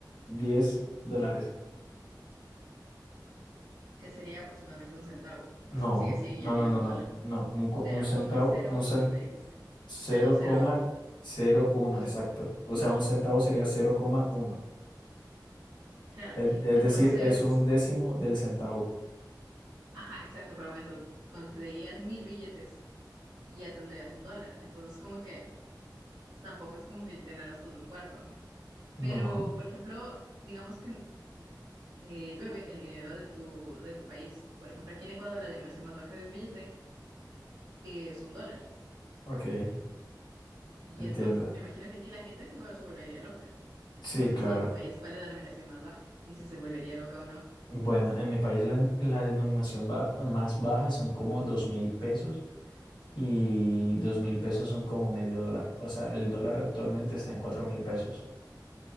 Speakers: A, on the left; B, on the right.
A: diez dólares.
B: que sería aproximadamente un centavo. Los
A: No,
B: consigues 100
A: no,
B: y ya tienes
A: no, no,
B: un
A: no,
B: dólar.
A: no, un, cu-
B: cero
A: un centavo,
B: cero coma cero
A: un
B: uno
A: cen-
B: me dijiste.
A: cero
B: Ah, no, cero
A: cero coma cero uno
B: Entonces,
A: exacto. O sea, un centavo sería cero coma uno
B: claro.
A: Es, es
B: Entonces,
A: decir, es un décimo del centavo.
B: ajá, exacto, pero bueno, entonces conseguirías mil billetes y ya tendrías un dólar. Entonces, como que tampoco es como que llenaras todo un cuarto, ¿no? Pero,
A: No,
B: por ejemplo, digamos que eh, llueve el dinero de tu, de tu país. Por ejemplo, aquí en Ecuador la denominación más baja de un billete es un dólar.
A: ok.
B: Y
A: Entiendo.
B: entonces me imagino que aquí la gente sí va- se volvería loca.
A: Sí,
B: No sé
A: claro.
B: si en tu país cuál es la denominación más baja y si se volvería loca o no.
A: Bueno, en mi país la, la denominación ba- más baja son como dos mil pesos y dos mil pesos son como medio dólar. O sea, el dólar actualmente está en cuatro mil pesos.